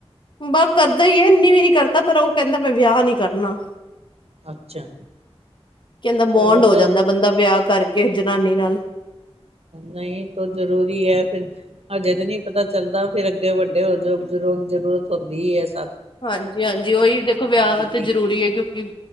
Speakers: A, on the left; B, on the right.
A: ਬਸ ਕਰਦਾ ਹੀ ਹੈ ਇੰਨੀ ਵੀ ਨੀ ਕਰਦਾ ਪਰ ਉਹ ਕਹਿੰਦਾ ਮੈਂ ਵਿਆਹ ਨਹੀ ਕਰਨਾ!
B: ਅੱਛਾ
A: ਕਹਿੰਦਾ
B: ਚਲੋ
A: ਬੋਂਡ ਹੋ ਜਾਂਦਾ ਬੰਦਾ ਵਿਆਹ ਕਰਕੇ ਜ। ਨਾਨੀ ਨਾਲ।
B: ਨਹੀਂ ਤ ਜ਼ਰੂਰੀ ਹੈ ਫਿਰ ਅਜੇ ਤਾਂ ਨਹੀਂ ਪਤਾ ਚੱਲਦਾ ਫਿਰ ਅੱਗੇ ਵੱਡ ਹੋ ਬਜ਼ੁਰਗ ਜ਼ਰੂਰਤ ਹੁੰਦੀ ਹੀ ਹੈ ਸ
A: ਹਾਂਜੀ ਹਾਂਜੀ ਉਹੀ ਦੇਖੋ ਵਿਆਹ
B: ਬੀਤਦੀ
A: ਤੇ ਜ਼ਰੂਰੀ ਹੈ ਕਿਉਂਕਿ